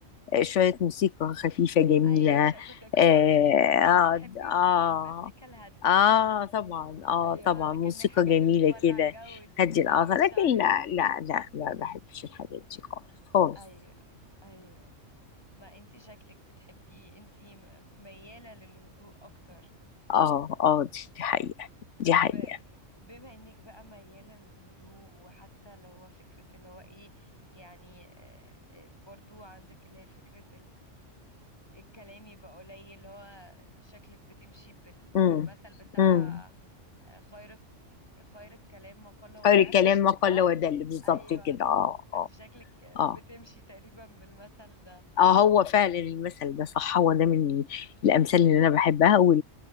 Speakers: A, on the left; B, on the left.
A: آه، شويه موسيقى خفيفه جميله
B: ايوه عشان كنت كنت
A: آه،
B: هقولك انت اكيد
A: اقعد
B: بتحبي المم...
A: اه
B: المزيكا الهادية
A: اه طبعا اه
B: ايوه
A: طبعا
B: لكن
A: موسيقى
B: الحاجات
A: جميله
B: اللي تولع
A: كده
B: الجو دي
A: هدي
B: كده
A: الاعصاب
B: وتشعل
A: لكن
B: الدنيا
A: لا لا لا ما بحبش الحاجات دي خالص خالص
B: ايوه ايوه ما انت شكلك بتحبي انت م- ميالة للهدوء اكتر
A: اه اه دي حقيقه دي
B: طب
A: حقيقه
B: بما انك بقى ميالة للهدوء وحتى اللي هو فكرة اللي هو ايه يعني آه، آه، برضو عندك اللي هي فكرة الكلام يبقى قليل اللي هو شكلك بتمشي بال...
A: امم
B: بالمثل بتاع
A: امم
B: آه، خير خير الكلام ما قل ودل
A: خير الكلام ما
B: صح
A: قل ودل بالظبط
B: ايوه
A: كده اه
B: فانت
A: اه
B: شكلك بتمشي
A: اه
B: تقريبا بالمثل ده
A: اه هو فعلا المثل ده صح هو ده من الامثال اللي انا بحبها او